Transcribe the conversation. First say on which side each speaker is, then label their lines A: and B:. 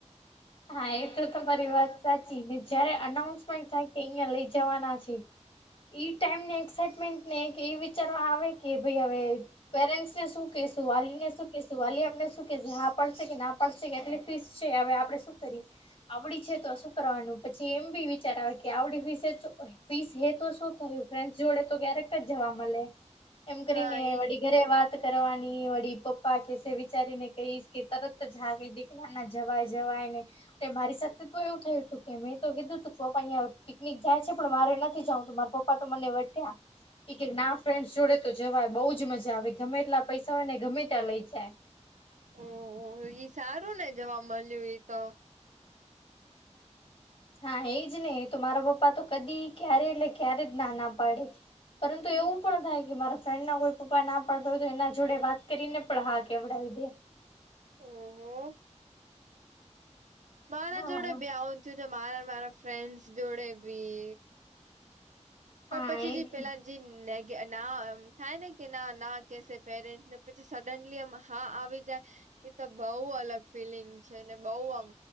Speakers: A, on the left; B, on the right.
A: હા એ તો તમારી વાત સાચી ને જયારે અનાઉન્સમેન્ટ થાય કે અહિયાં લઈ જવાના છે ઈ ટાઈમ ને એક્સાાઈટમેન્ટ ને એક એ વિચારવા આવે કે ભાઈ હવે પેરેન્ટ્સ ને શું કેહેશું વાલીને શું કેહેશું વાલી એમને શું કેશે હા પડશે કે ના પડશે કે એટલે તીસ છે હવે આપડણે શું કરી આવડી છે તો શું કરવાનું પછી એમ બી વિચાર આવે કે આવડી ફીસે ફીસ હે તો શું થયું ફ્રેન્ડસ જોડે તો ક્યારેક જ જવા મળે એમ
B: હા
A: કરીને
B: એ
A: વડી ઘરે વાત કરવાની વળી પપ્પા કેશે વિચારીને કહીશ કે તરત જ હા કહી દી કે ના ના જવાય જવાય ને તે મારી સાથે તો એવું થયું હતું કે મેં તો કીધું હતું કે પપ્પા અહં પિકનિક જાય છે પણ મારે નથી જવું તોું મારા પપ્પ પા તો મને વધ્યા કે ના ફ્રેન્ડસ જોડે તો જવાય બઉ જ મજા આવે ગમે તેટલા પૈસા હોય ને ગમે ત્યાં લઈ જાય.
B: ઓ ઓ ઈ સારું ને જવા મળ્યું તો.
A: હા એ જ ને તો મારો પપ્પા તો કદી ક્યારે એટલે ક્યારે જ ના ના પાડે. પરંતુ એવું પણ થાય કે મારા ફ્રેન્ડ ના કોઈ પપ્પા ના પાડતા હોય તો એના જોડે વાત કરીને પણ હા કેવડાવી દે.
B: ઓહો મારા
A: હા
B: જોડે બી આઉં છે તો મારા મારા ફ્રેન્ડસ જોડે બી
A: હા
B: પણ પછી
A: એ
B: જે પેલા જે નેટ કે ગા ના થાય ને કે ના ના કેસે પેરેન્ટને પછી સડનલી એમ હા આવી જાય એ તો બહુ અલગ ફિલિંગ છે ને બહુ આમ